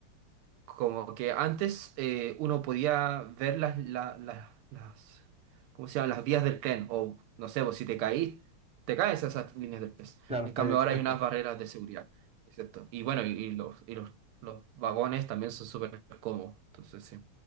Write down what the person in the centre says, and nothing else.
claro,
está
ahí expuesto.